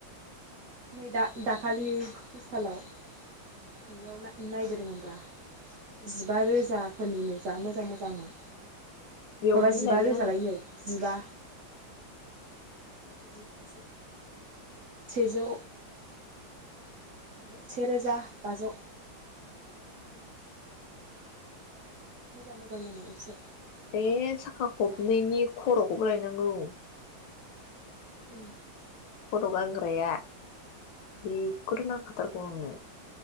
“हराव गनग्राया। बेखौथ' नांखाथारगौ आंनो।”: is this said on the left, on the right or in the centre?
Left